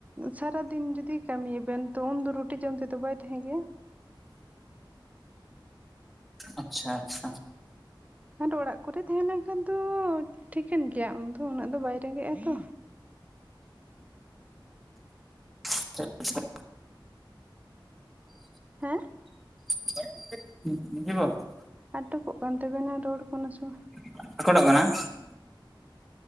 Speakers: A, on the right (about 15°); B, in the centre.
A: ᱥᱟᱨᱟᱫᱤᱱ ᱡᱩᱫᱤ, ᱠᱟᱹᱢᱤᱭᱟ ᱵᱮᱱ ᱛᱚ ᱩᱱᱫᱚ ᱨᱩᱴᱤ ᱡᱚᱢ ᱛᱮᱫᱚ ᱵᱟᱭ ᱛᱟᱸᱦᱮ ᱜᱮᱭᱟ᱾
B: ᱟᱪᱪᱷᱟ ᱟᱪᱪᱷᱟ,
A: ᱟᱨ ᱚᱲᱟᱜ ᱠᱚᱨᱮ ᱛᱟᱸᱦᱮ ᱞᱮᱱ ᱠᱷᱟᱱ ᱫᱚ ᱴᱷᱤᱠᱟᱹᱱ ᱜᱮᱭᱟ ᱩᱱᱫᱚ ᱩᱱᱟᱹᱜ ᱫᱚ ᱵᱟᱭ ᱨᱮᱸᱜᱮᱡᱽ ᱟᱛᱚ,
B: <inaudible>
A: ᱦᱮᱸ
B: <inaudible>
A: ᱟᱴᱚᱠᱚᱜ ᱠᱟᱱ ᱛᱟᱹᱵᱮᱱᱟ ᱨᱚᱲ ᱠᱚ ᱱᱟᱥᱮ,
B: <inaudible>